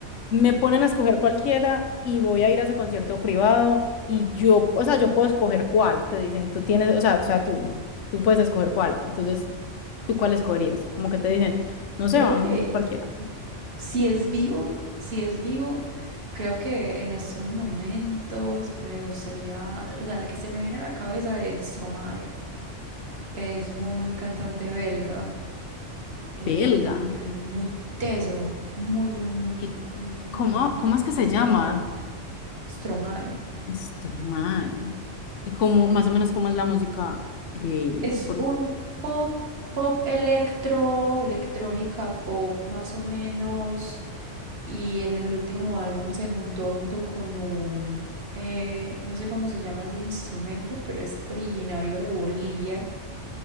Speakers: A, on the left; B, on the right.
A: me ponen a escoger cualquiera y voy a ir a ese concierto privado y yo, o sea, yo puedo escoger cuál, te dicen, tú tienes, o sea, o sea, tú, tú puedes escoger cuál, entonces, ¿tú cuál escogerías? Como que te dicen, no sé,
B: Creo
A: van
B: que
A: cualquiera.
B: si es vivo, si es vivo, creo que en estos momentos me gustaría, o sea, el que se me viene a la cabeza es Stromae. Es un cantante belga. Él,
A: Belga.
B: él es muy teso, muy, muy, muy,
A: ¿Y
B: es
A: cómo,
B: un man
A: cómo
B: súper
A: es que se llama?
B: teso. Stromae.
A: Stromae. ¿Y cómo, más o menos, cómo es la música de
B: Es
A: por
B: un pop, pop electro, electrónica pop más o menos. Y en el último álbum se juntó junto con un, eh, no sé cómo se llama ese instrumento, pero es originario de Bolivia.